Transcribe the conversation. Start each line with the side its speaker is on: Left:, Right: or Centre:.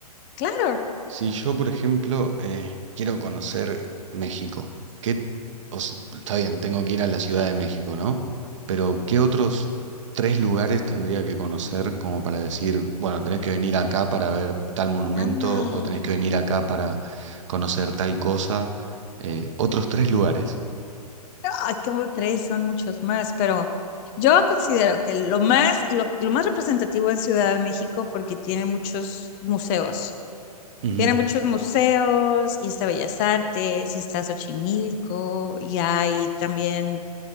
Left: claro,
Right: Si yo, por ejemplo, eh, quiero conocer México, ¿qué, o sea, está bien, tengo que ir a la Ciudad de México, ¿no? Pero ¿qué otros tres lugares tendría que conocer como para decir, bueno, tenés que venir acá para ver tal monumento
Left: ah,
Right: o tenés que venir acá para conocer tal cosa? Eh, otros tres lugares.
Left: ay, como tres, son muchos más, pero yo considero que lo más, lo, lo más representativo es Ciudad de México porque tiene muchos museos
Right: Ujú,
Left: Tiene muchos museos, y está Bellas Artes, y está Xochimilco, y hay también,